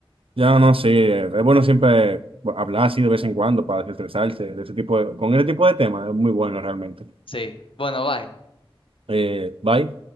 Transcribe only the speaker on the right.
Ya no sé, es bueno siempre hablar así de vez en cuando para desestresarse de ese tipo de, con ese tipo de temas, es muy bueno realmente.
Eh, bye.